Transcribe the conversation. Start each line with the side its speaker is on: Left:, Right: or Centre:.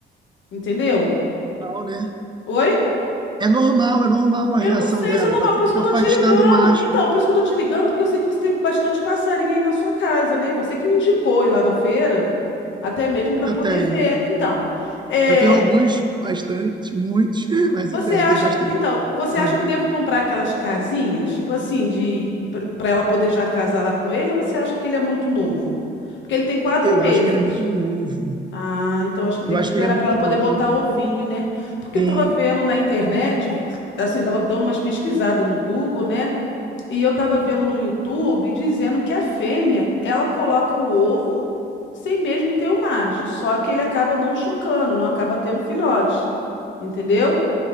Left: entendeu?
Right: normal, né?
Left: Oi?
Right: É normal, é normal a
Left: Eu
Right: reação
Left: não sei
Right: dela.
Left: se é normal,
Right: Ela fica
Left: por isso que eu
Right: afastando
Left: tô te ligando.
Right: o macho.
Left: Então, por isso que eu tô te ligando, porque eu sei que você tem bastante passarinho aí na sua casa, né? E você que me indicou ir lá na feira, até mesmo pra
Right: Eu
Left: poder
Right: tenho.
Left: ver. Então, é.
Right: Eu tenho alguns, bastante, muitos, <laughs> mas
Left: Você
Right: eu tenho,
Left: acha,
Right: tenho bastante.
Left: então, você
Right: Ah,
Left: acha que eu devo comprar aquelas casinhas, tipo assim, de para ela poder já casar lá com ele, ou você acha que ele é muito novo? Porque ele tem quatro
Right: eu
Left: meses.
Right: acho que ele é muito novo.
Left: Ah, então acho que eu
Right: Eu
Left: tenho
Right: acho
Left: que esperar
Right: que ele é muito
Left: para ela poder
Right: novo.
Left: botar ovinho, né? Porque
Right: Sim,
Left: eu tava vendo na internet, vi- assim, eu tava dando umas pesquisadas no Google, né? E eu tava vendo no YouTube dizendo que a fêmea, ela coloca o ovo sem mesmo ter o macho, só que ele acaba não chocando, não acaba tendo filhotes. Entendeu?